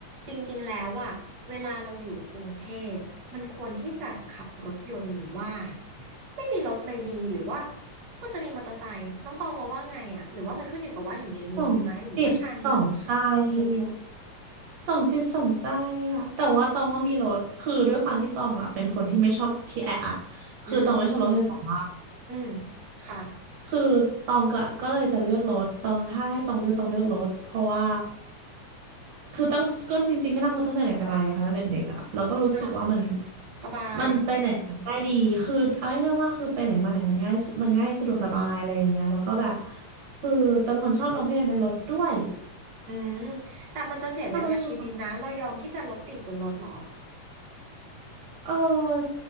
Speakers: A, on the right; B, on the right.
A: จริงๆ แล้วอะเวลาเราอยู่กรุงเทพมันควรที่จะขับรถยนต์หรือว่าไม่มีรถเลยดีหรือว่าควรจะมีมอเตอร์ไซค์น้องตองมองว่าไงอะหรือว่ามันขึ้นอยู่กับว่าอยู่ในเมืองไหมหรือว่าชานเมืองนะคะ
B: ส่องจิตส่องใจอ่ะส่องจิตส่องใจอ่ะแต่ว่าตองว่ามีรถคือด้วยความที่ตองอ่ะเป็นคนที่ไม่ชอบที่แออัดคือตองไม่ชอบรถไฟฟ้า
A: อืมอืมค่ะ
B: คือตองก็ก็เลยจะเลือกรถตองถ้าให้ตองเลือกตองเลือกรถเพราะว่าคือตั้งก็จริงๆก็นั่งรถตั้งแต่ไหนแต่ไรอะค่ะตั้งแต่เด็กอะแล้วก็รู้สึกว่ามัน
A: ค่ะสบาย
B: มันไปไหนได้ดีคือเอาง่ายๆว่าคือไปไหนมาไหนมันง่ายสุดมันง่ายสะดวกสบายอะไรอย่างเงี้ยแล้วก็แบบคือตองเป็นคนชอบร้องเพลงในรถด้วย
A: อืมแต่มันจะเสียเวลาชีวิตนะเรายอมที่จะรถติดบนรถเหรอ
B: ชอบร้องเพลงบนรถ เออ